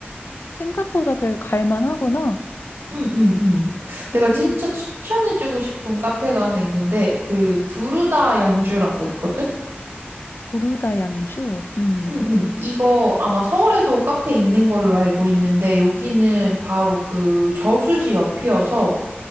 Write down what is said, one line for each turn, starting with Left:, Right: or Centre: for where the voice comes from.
Left: 생각보다 그래도 갈만하구나.
Right: 응, 응, 응.
Left: 오,
Right: 내가 진짜 추천해주고 싶은 카페가 하나 있는데, 그, 부르다 양주라고 있거든?
Left: 르다 양주. 음,
Right: 응, 응. 이거 아마 서울에도 카페 있는 걸로 알고 있는데, 여기는 바로 그 저수지 옆이어서,